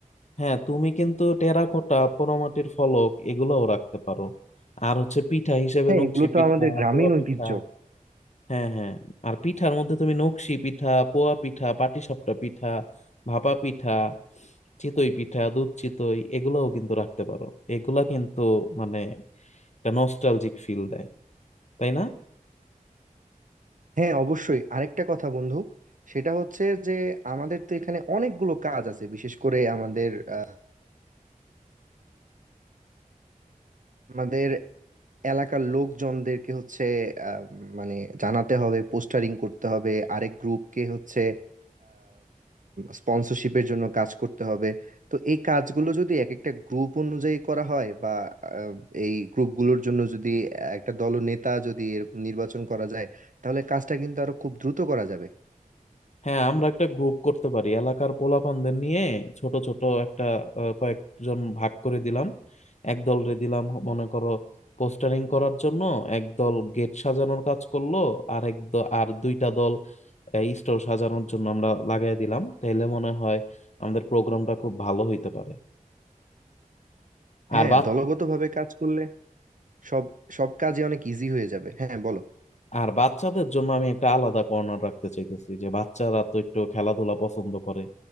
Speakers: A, on the left (about 55°); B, on the right (about 65°).
A: হ্যাঁ তুমি কিন্তু টেরাকোটা পোড়ামাটির ফলক এগুলোও রাখতে পারো আর হচ্ছে পিঠা হিসেবে
B: হ্যাঁ
A: নকশি
B: এগুলো তো
A: পিঠা
B: আমাদের গ্রামীণ
A: পোয়া
B: ঐতিহ্য
A: পিঠা হ্যাঁ হ্যাঁ আর পিঠার মধ্যে তুমি নকশি পিঠা পোয়া পিঠা পাটিসাপটা পিঠা ভাপা পিঠা চিতই পিঠা দুধ চিতই এগুলাও কিন্তু রাখতে পারো এগুলা কিন্তু মানে একটা নস্টালজিক ফিল দেয় তাই না
B: হ্যাঁ অবশ্যই আরেকটা কথা বন্ধু সেটা হচ্ছে যে আমাদের তো এখানে অনেকগুলো কাজ আছে বিশেষ করে আমাদের আহ, আমাদের এলাকার লোকজনদেরকে হচ্ছে আহ, মানে জানাতে হবে পোস্টারিং করতে হবে আরেক গ্রুপকে হচ্ছে স্পন্সরশিপের জন্য কাজ করতে হবে তো এই কাজগুলো যদি এক একটা গ্রুপ অনুযায়ী করা হয় বা আহ, এই গ্রুপগুলোর জন্য যদি একটা দলনেতা যদি এরকম নির্বাচন করা যায় তাহলে কাজটা কিন্তু আরো খুব দ্রুত করা যাবে
A: হ্যাঁ আমরা একটা গ্রুপ করতে পারি এলাকার পোলাপানদের নিয়ে ছোট ছোট একটা আহ, কয়েকজন ভাগ করে দিলাম একদল রে দিলাম হ- মনে করো পোস্টারিং করার জন্য একদল গেট সাজানোর কাজ করলো আর এক দ- আর দুইটা দল স্টল সাজানোর জন্য আমরা লাগাই দিলাম তাহলে মনে হয় আমাদের প্রোগ্রামটা খুব ভালো হইতে পারে
B: হ্যাঁ
A: আর বাচ্চা
B: দলগতভাবে কাজ করলে সব সব কাজে অনেক ইজি হয়ে যাবে হ্যাঁ বলো
A: আর বাচ্চাদের জন্য আমি একটা আলাদা কর্নার রাখতে চাইতেছি যে বাচ্চারা তো একটু খেলাধুলা পছন্দ করে